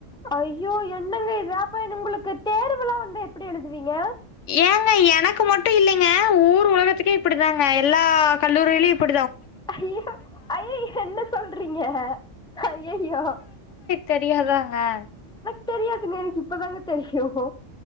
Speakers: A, in the centre; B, on the left (about 75°).
A: ஐயோ என்னங்க இது அப்ப உங்களுக்கு தேர்வுெலாம் வந்து எப்படி எழுதுவீங்க
B: ஏங்க எனக்கு மட்டும் இல்லெங்க ஊர் ஒலகத்துக்கே இப்புடிதாங்க எல்லா கல்லூரியிலியும் இப்பு
A: ஐயோ ஐயோ என்ன சொல்றீங்க ஐயயோ
B: தெரியாத ஆஹ்
A: கு தெரியாதுங்க எனக்கு இப்பதாங்க தெரியும்